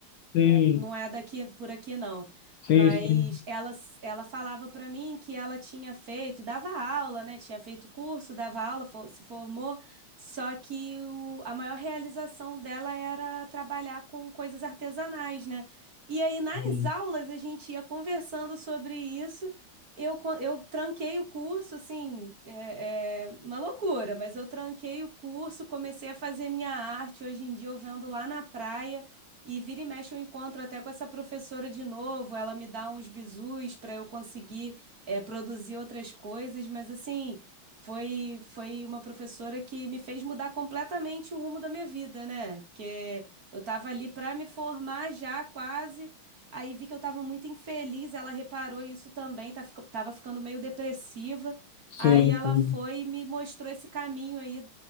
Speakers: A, on the left (about 70°); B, on the right (about 45°).
A: Sim,
B: é- não é daqui por aqui não,
A: sim,
B: mas
A: sim.
B: ela ela falava para mim que ela tinha feito, dava aula, né? Tinha feito curso, dava aula, fo- se formou, só que o- a maior realização dela era trabalhar com coisas artesanais, né? E aí nas
A: Sim,
B: aulas a gente ia conversando sobre isso eu, quan- eu tranquei o curso, assim, é, é uma loucura, mas eu tranquei o curso, comecei a fazer minha arte. Hoje em dia eu vendo lá na praia e vira e mexe eu encontro até com essa professora de novo. Ela me dá uns bizus para eu conseguir, é, produzir outras coisas, mas assim, foi, foi uma professora que me fez mudar completamente o rumo da minha vida, né? Porque eu estava ali para me formar já quase. Aí vi que eu tava muito infeliz, ela reparou isso também, tá, fico- tava ficando meio depressiva.
A: sim.
B: Aí ela
A: sim.
B: foi e me mostrou esse caminho aí.